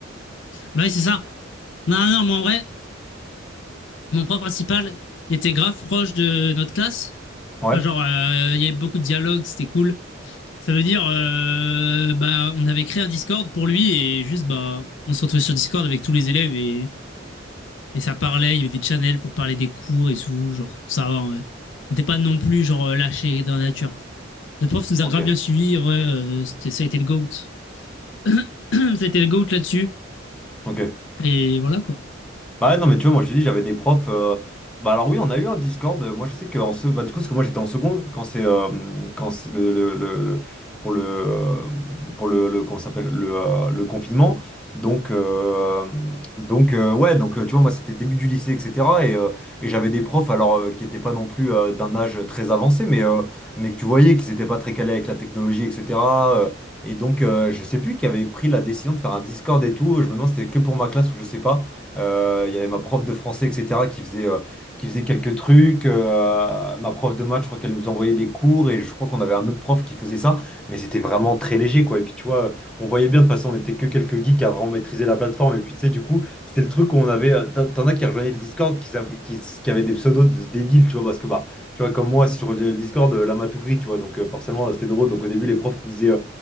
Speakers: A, on the left (about 65°); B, in the centre.
A: Bah ouais, c'est ça. Non, non, moi, en vrai, Mon prof principal, il était grave proche de notre classe.
B: Ouais,
A: Enfin, genre, euh, il y avait beaucoup de dialogues, c'était cool. Ça veut dire, euh, bah, on avait créé un Discord pour lui et juste, bah, on se retrouvait sur Discord avec tous les élèves et, et ça parlait. Il y avait des channels pour parler des cours et tout. Genre, ça va, ouais. On n'était pas non plus, genre, euh, lâchés dans la nature. Notre prof nous
B: ok,
A: a grave bien suivis. En vrai, euh, c'était, ça a été le GOAT. <coughs> ça a été le GOAT là-dessus.
B: ok.
A: Et voilà, quoi.
B: Bah ouais, non, mais tu vois, moi je te dis, j'avais des profs. euh, Bah alors oui, on a eu un Discord. euh, Moi je sais que en se... bah, du coup, parce que moi j'étais en seconde quand c'est euh, quand c'est le, le, le- le- pour le euh, pour le, le comment ça s'appelle le, euh, le confinement. Donc euh, donc euh, ouais, donc euh, tu vois, moi c'était début du lycée, etc. Et, euh, et j'avais des profs alors euh, qui n'étaient pas non plus euh, d'un âge très avancé, mais euh, mais que tu voyais qu'ils n'étaient pas très calés avec la technologie, etc. euh, et donc, euh, je sais plus qui avait pris la décision de faire un Discord et tout. Je me demande si c'était que pour ma classe ou je sais pas. Euh, il y avait ma prof de français, etc., qui faisait, euh, qui faisait quelques trucs. Euh, ma prof de maths, je crois qu'elle nous envoyait des cours et je crois qu'on avait un autre prof qui faisait ça, mais c'était vraiment très léger, quoi. Et puis, tu vois, on voyait bien, de toute façon, on était que quelques geeks à vraiment maîtriser la plateforme. Et puis, tu sais, du coup, c'était le truc où on avait. euh, T'en t'en as qui rejoignaient le Discord, qui, savaient- qui, qui avaient des pseudos de débiles, tu vois, parce que, bah, tu vois, comme moi, si je rejoignais le Discord, euh, la matou gris, tu vois, donc euh, forcément, c'était drôle. Donc, au début, les profs qui disaient. euh,